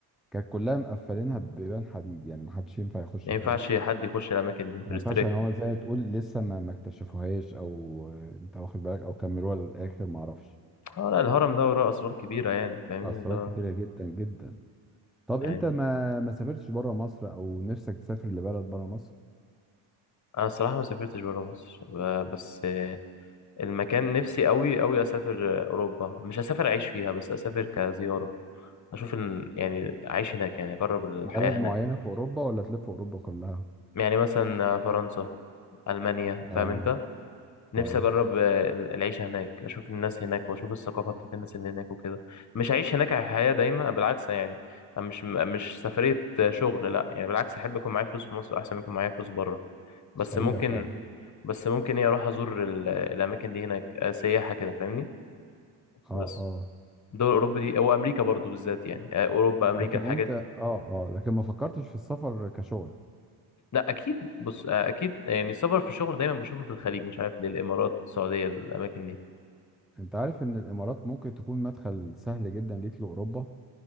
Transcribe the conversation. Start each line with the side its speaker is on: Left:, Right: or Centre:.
Centre: كانت كلها مقفلينها ببيبان حديد يعني محدش ينفع يخش
Left: ما
Centre: فيها
Left: ينفعش حد يخش الاماكن دي
Centre: ما
Left: ريستريكتد
Centre: ينفعش يعني هو زي تقول لسه ما ما اكتشفوهاش او آه، انت واخد بالك او كملوها للاخر ما اعرفش
Left: اه لا الهرم ده وراه اسرار كبيره يعني فاهمني
Centre: اسرار
Left: اللي هو
Centre: كتيره جدا جدا طب
Left: يعني
Centre: انت ما ما سافرتش بره مصر او نفسك تسافر لبلد بره مصر
Left: انا الصراحه ما سافرتش بره مصر ب- بس آه، المكان نفسي قوي قوي اسافر آه، اوروبا مش اسافر اعيش فيها بس اسافر كزياره اشوف ال... يعني اعيش هناك يعني اجرب الحياه
Centre: بلد معينه
Left: هناك
Centre: في اوروبا ولا تلف اوروبا كلها
Left: يعني مثلا آه، فرنسا المانيا
Centre: اه
Left: فاهم انت نفسي
Centre: اه
Left: اجرب آه، العيشه هناك اشوف الناس هناك واشوف الثقافه بتاعت الناس اللي هناك وكده مش هعيش هناك حياه دايمه بالعكس يعني أنا مش مش سفريه شغل لا يعني بالعكس احب يكون معايا فلوس في مصر احسن من يكون معايا فلوس بره بس
Centre: حقيقه
Left: ممكن
Centre: فعلا
Left: بس ممكن ايه اروح ازور ال- الاماكن دي هناك آه، سياحه كده فاهمني
Centre: اه
Left: بس
Centre: اه
Left: دول اوروبا دي او امريكا برضو بالذات يعني آه، اوروبا امريكا
Centre: لكن
Left: الحاجات
Centre: انت
Left: دي.
Centre: اه اه لكن ما فكرتش في السفر كشغل
Left: لا اكيد بص آه، اكيد يعني السفر في الشغل دايما بشوفه في الخليج مش عارف ليه الامارات السعوديه الاماكن دي
Centre: انت عارف ان الامارات ممكن تكون مدخل سهل جدا ليك لاوروبا